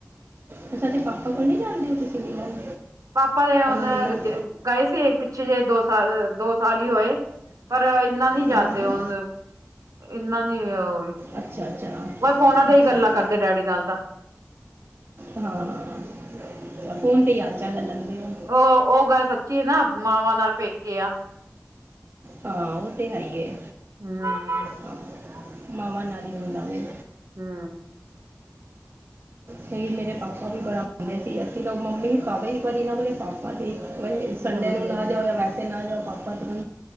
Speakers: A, on the right; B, on the right.
A: ਤੁਹਾਡੇ ਪਾਪਾ ਕੋਲ ਨੀ, ਜਾਣਦੇ ਹੋ ਤੁਸੀਂ? ਉਨਾਂ ਨੂੰ
B: ਪਾਪਾ ਦੇ, ਹੁਣ
A: ਮਿਲਣ
B: ਗਏ ਸੀ। ਪਿੱਛੇ ਜਿਹੇ ਦੋ ਸਾਲ, ਦੋ ਸਾਲ ਹੀ ਹੋਏ। ਪਰ ਇਨਾ ਨੀ ਜਾਂਦੇ।
A: ਹਾਂ ਹਾਂ
B: ਹੂਨ ਇਨਾ, ਨੀ ਉਹ ਵੀ।
A: ਅੱਛਾ- ਅੱਛਾ।
B: ਬੱਸ ਫੋਨਾਂ ਤੇ
A: ਅੱਛਾ
B: ਹੀ, ਗੱਲਾਂ
A: ਜੀ
B: ਕਰਦੇ, ਡੈਡੀ ਨਾਲ ਤਾਂ।
A: ਹਾਂ, ਫੋਨ ਤੇ ਹਾਲ- ਚੱਲ ਲੈਂਦੇ ਆ।
B: ਉਹ, ਉਹ ਗੱਲ ਸੱਚੀ ਹੈ, ਨਾ। ਮਾਵਾਂ ਨਾਲ ਪੇਕੇ ਆ।
A: ਹਾਂ, ਉਹ ਤੇ ਹੈ ਹੀਏ।
B: ਹਮ
A: ਹ ਮਾਵਾਂ ਨਾਲ, ਹੀ ਹੁੰਦਾ ਵੇ।
B: ਹੂੰ।
A: ਫੇਰ, ਮੇਰੇ ਪਾਪਾ ਵੀ ਬੜਾ ਆਉਂਦੇ ਸੀ। ਅਸੀਂ ਲੋਕ ਮੰਮੀ ਪਾਵੇ ਸੀ। <unintelligible> ਕੱਦੀ ਨਾਂ ਬੀ ਪਾਪਾ ਬੱਸ ਸੰਡੇ
B: ਹਮ
A: ਨੂੰ ਨਾ ਜਾਓ। ਜਾਂ ਵੈਸੇ ਨਾ ਜਾਓ। ਪਾਪਾ ਤਾਂ